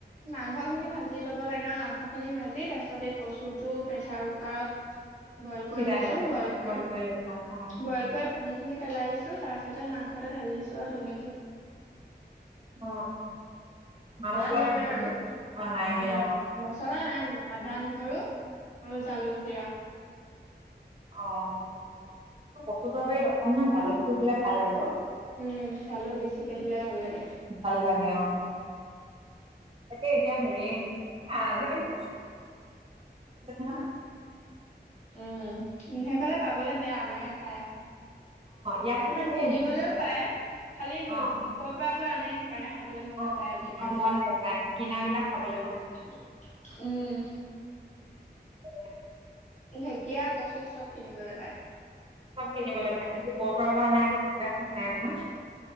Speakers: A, on the left; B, on the right.
A: মাংসখিনি ভাজি ল'ব লাগে আৰু মাংসখিনি ভাজি তাৰ পিছত এই কচুটো প্ৰেছাৰ কুকাৰত বইল
B: সিজাই
A: কৰি লৈছো
B: ললা
A: বইল কৰি
B: ললা অ
A: বইল কৰা পানীখিনি পেলাই দিছো তাৰ পাছতে মাংসতে ঢালি দিছো আৰু তেনেকে -
B: অ <unintelligible>
A: দিয়া নাই আৰু
B: অ নাই দিয়া
A: উম
B: অ
A: মছলা নাই আদা, নহৰু আৰু জালুক, জিৰা
B: অ <inaudible> কচুত অকনমান জালুকটো হলে ভাল লাগে ন
A: উম জালুক বেছিকে দিলে ভাল লাগে।
B: ভাল লাগে অ তাকে এতিয়া হেৰি- আজিকালি <unintelligible>
A: উম সেইফালে পাবলে বেয়া আমাৰ ইয়াত পায়।
B: নহয় অ ইয়াত
A: তাত
B: কিন্তু
A: কিনিবলৈও
B: সেই
A: পায় খালী <unintelligible>
B: অ
A: কৰ পৰা বা আনে সেইকাৰণে খাবলে মন
B: অ
A: নাযায়। আৰু কিনাবিলাক
B: অ মন নাযায় কিনা বিলাক খাবলে
A: <unintelligible> উম-
B: উম
A: ঢেকীয়া, কচু, চব কিনিবলৈ পায়।
B: চব কিনিবলৈ পায় কিন্তু কৰা পৰা আনে আক ঠিক নাই নহয়।